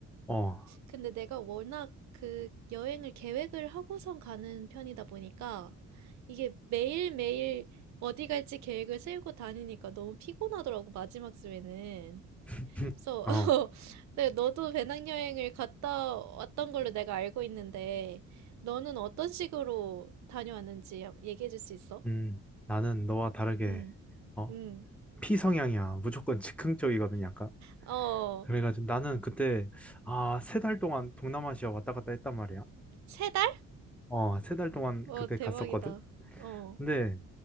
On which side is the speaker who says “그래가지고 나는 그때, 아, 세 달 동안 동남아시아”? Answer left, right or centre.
Centre